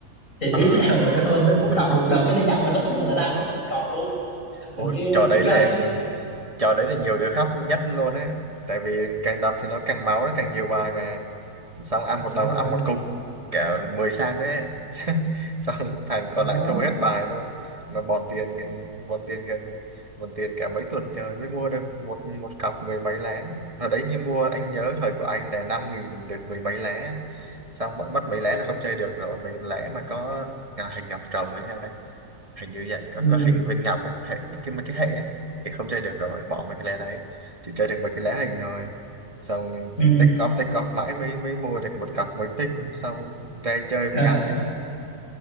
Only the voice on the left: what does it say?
thì đứa
<laughs> nào mà nó hơn nó
nó đập một lần cái nó văng ra hết luôn là nó ăn hết nguyên cọng luôn
thằng kia
là
cái cây
Dạ,
đúng
rồi
đó
ừ.
Ừ.
<laughs>